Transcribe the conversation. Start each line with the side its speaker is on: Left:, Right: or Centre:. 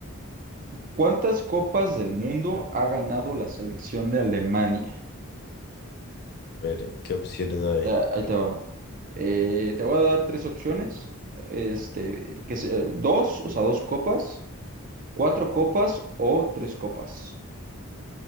Right: ¿cuántas copas del mundo ha ganado la selección de Alemania?
Left: ver, ¿qué opciones hay?
Right: Ah, Ahí te va. Eh, te voy a dar tres opciones. Este, que se- dos, o sea, dos copas, cuatro copas o tres copas.